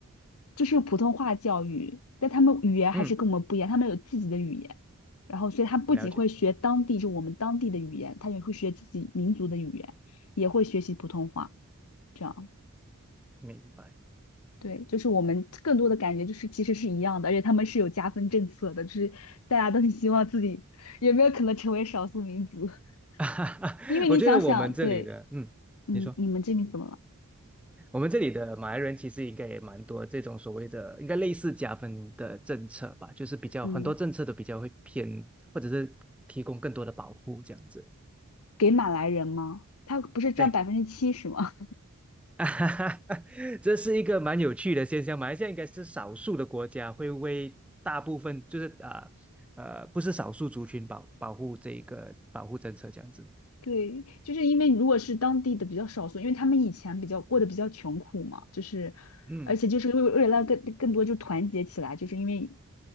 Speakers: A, on the left; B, in the centre.
A: 就是普通话教育，但他们语言还是跟我们不一样，
B: 嗯，
A: 他们有自己的语言，然后所以他不仅会学当地就我们当地的语言，
B: 了解，
A: 他也会学自己民族的语言，也会学习普通话，这样。
B: 明白。
A: 对，就是我们更多的感觉就是其实是一样的，而且他们是有加分政策的，就是大家都很希望自己有没有可能成为少数民族，
B: <laughs>
A: <laughs> 因为你想想，
B: 我觉得我们这里的，
A: 对，
B: 嗯，
A: 嗯，
B: 你说。
A: 你们这边怎么了？
B: 我们这里的马来人其实应该也蛮多这种所谓的，应该类似加分的政策吧，就是比较很多政策都比较会偏，
A: 嗯，
B: 或者是提供更多的保护这样子。
A: 给马来人吗？他不是占百分之七十吗？
B: 对，<laughs> 这是一个蛮有趣的现象。马来西亚应该是少数的国家会为大部分就是啊呃，呃不是少数族群保保护这一个保护政策这样子。
A: 对，就是因为如果是当地的比较少数，因为他们以前比较过得比较穷苦嘛，就是，
B: 嗯
A: 而且就是为为了更更多就团结起来，就是因为